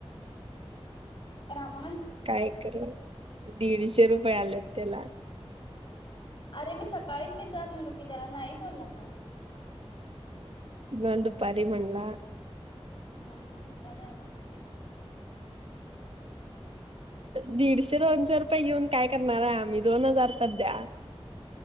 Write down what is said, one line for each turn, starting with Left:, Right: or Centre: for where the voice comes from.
Left: राम
Right: काय खर दीडशे रुपये आल्यात त्याला.
Left: अरे मी सकाळीच विचारलेलो की त्याला नाही बोलला तो.
Right: नन दुपारी म्हणला
Left: हा मग दुपारी आले असते.
Right: दीडशे दोनशे रुपये घेऊन काय करणारे आम्ही दोन हजार तर द्या.